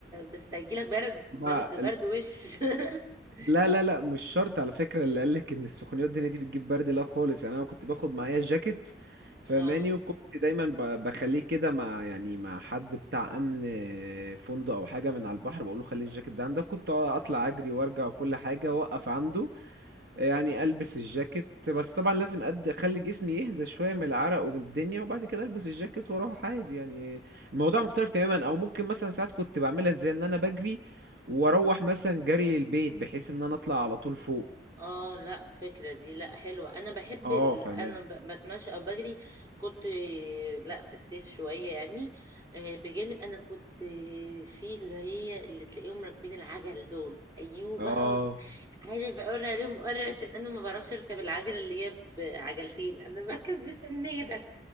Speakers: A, on the right (about 20°); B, on the right (about 60°).
A: بس هيجيلك برد
B: ما
A: برد برد وش <laughs>
B: لا لا لا مش شرط على فكرة اللي قالك ان السخونيات الدنيا دي بتجيب برد لا خالص يعني انا كنت باخد معايا جاكيت فماني
A: اه
B: وكنت دايما ب- بخليه كده مع يعني مع حد بتاع امن فندق او حاجة من على البحر بقول له خلي الجاكيت ده عندك كنت اطلع اجري وارجع وكل حاجة واقف عنده يعني البس الجاكيت بس طبعا لازم قد اخلي جسمي يهدى شويه من العرق ومن الدنيا وبعد كده البس الجاكيت واروح عادي يعني الموضوع مختلف تماما او ممكن مثلا ساعات كنت بعملها ازاي ان انا بجري واروح مثلا جري للبيت بحيث ان انا اطلع على طول فوق
A: اه لا فكرة دي لا حلوة انا بحب
B: اه
A: ال...
B: فاهمان
A: انا ب... بتمشى او بجري كنت لا في الصيف شوية يعني آه، بجانب انا كنت في اللي هي اللي تلاقيهم راكبين العجل دول ايوه
B: اه
A: بقعد عايزة اوري عليهم اوري عشان انا ما بعرفش اركب العجلة اللي هي بعجلتين انا بركب بسنادة